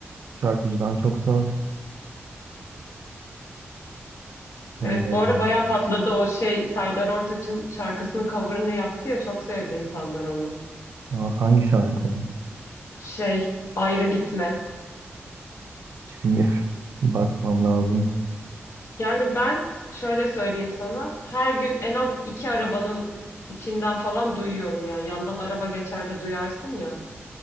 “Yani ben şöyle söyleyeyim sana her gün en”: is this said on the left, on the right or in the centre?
Left